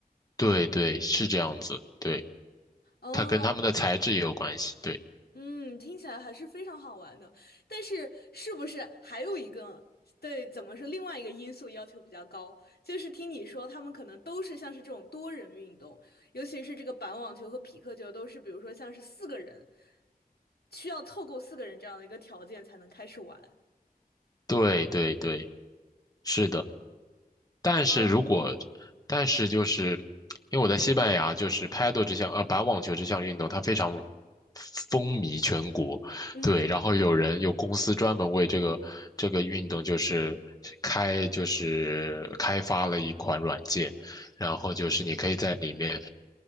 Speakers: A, on the left; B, on the left.
A: 对对，是这样子，对，
B: 哦，
A: 它跟它们的材质也有关系，对
B: 嗯，听起来还是非常好玩的，但是是不是还有一个，对，怎么说，另外一个因素要求比较高，就是听你说他们可能都是像是这种多人运动，尤其是这个板网球和匹克球都是，比如说像是四个人，需要凑够四个人这样的一个条件才能开始玩。
A: 对对对，是的。但是如果，
B: 哦，
A: 但是就是，因为我在西班牙，就是拍 a 这项呃板网球这项运动，它非常风靡全国，
B: 嗯。
A: 对，然后有人有公司专门为这个这个运动就是开就是开发了一款软件，然后就是你可以在里面。